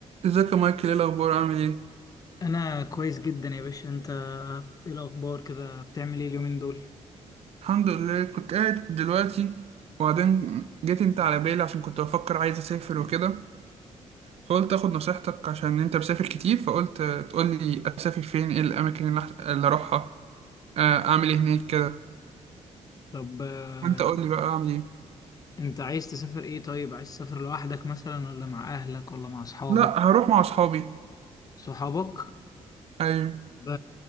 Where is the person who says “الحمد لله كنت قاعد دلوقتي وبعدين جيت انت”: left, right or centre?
Right